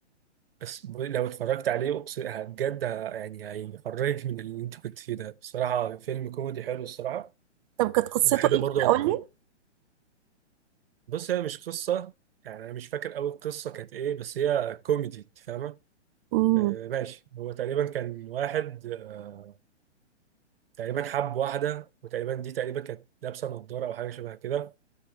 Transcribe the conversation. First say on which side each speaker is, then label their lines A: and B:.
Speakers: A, on the right; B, on the right.
A: بس لو اتفرجت عليه أقسم- بجد ه- يعني هيخرجك من اللي انت كنت فيه ده بصراحة فيلم كوميدي حلو الصراحة
B: طب كانت قصته
A: وبحب
B: ايه
A: برضو
B: كده قول
A: أت-
B: لي
A: بص هي مش قصة يعني انا مش فاكر قوي القصة كانت ايه بس هي كوميدي انت فاهمة
B: امم
A: آه ماشي هو تقريبا كان واحد آه، تقريبا حب واحدة وتقريبا دي تقريبا كانت لابسة نضارة أو حاجة شبه كده